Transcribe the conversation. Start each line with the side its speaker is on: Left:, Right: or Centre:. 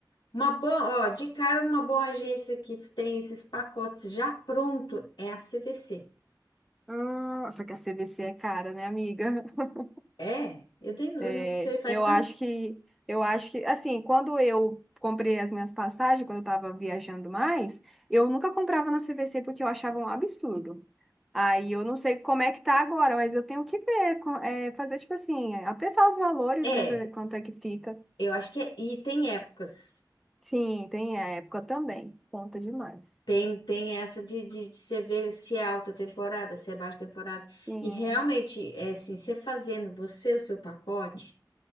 Left: uma boa, ó, de cara uma boa agência que tem esses pacotes já pronto é a CVC.
Centre: Ah, só que a CVC é cara, né, amiga? <laughs>
Left: É, eu, nem- eu
Centre: É,
Left: não sei, faz
Centre: eu
Left: tanto.
Centre: acho que, eu acho que, assim, quando eu comprei as minhas passagens, quando eu tava viajando mais, eu nunca comprava na CVC porque eu achava um absurdo. Aí eu não sei como é que tá agora, mas eu tenho que ver, com- é, fazer tipo assim, é, apressar os valores,
Left: É,
Centre: né, pra ver quanto é que fica.
Left: eu acho que é, e tem épocas.
Centre: Sim, tem a época também, conta demais.
Left: Tem, tem essa de, de, de você ver se é alta temporada, se é baixa temporada.
Centre: Sim,
Left: E realmente, é assim, você fazendo você o seu pacote,